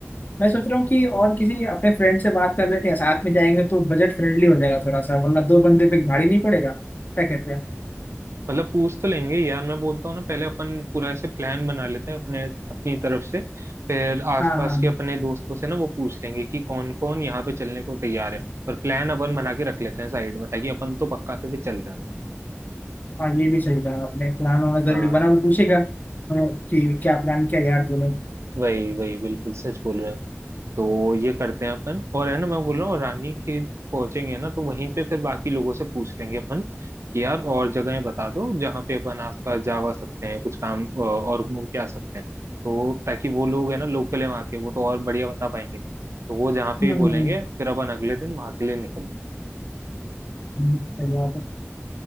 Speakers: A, on the left; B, on the right.
A: मैं सोच रहा हूँ कि और किसी अपने फ्रेंड से बात कर लेते हैं साथ में जाएंगे तो बजट फ्रेंडली हो जाएगा थोड़ा सा वरना दो बंदे पे भारी नहीं पड़ेगा क्या कहते हैं
B: मतलब पूछ तो लेंगे यार मैं बोलता हूँ ना पहले अपन पूरा ऐसे प्लान बना लेते हैं अपने अपनी तरफ से फिर आसपास
A: हाँ हाँ हाँ।
B: के अपने दोस्तों से ना वो पूछ लेंगे कि कौन कौन यहाँ पे चलने को तैयार है और प्लान अपन बना के रख लेते हैं साइड में ताकि अपन तो पक्का से भी चल रहे हैं
A: हाँ ये भी सही कहा आपने प्लान होना
B: हाँ
A: जरूरी बना वो पूछेगा हाँ, कि क्या प्लान किया यार तूने
B: वही वही बिल्कुल सच बोल रहे हो तो ये करते हैं अपन और है ना मैं बोल रहा हूँ रानी खेत पहुंचेंगे ना तो वहीं पे फिर बाकी लोगों से पूछ लेंगे अपन कि यार और जगहें बता दो जहाँ पे अपन आसपास जा वा सकते हैं कुछ काम अ, और घूम के आ सकते हैं तो ताकि वो लोग है ना लोकल है वहाँ के वो तो और बढ़िया बता पाएंगे तो वो जहाँ पे
A: हम्म
B: भी बोलेंगे फिर अपन अगले दिन वहाँ के लिए निकल लें
A: हम्म, सही बात है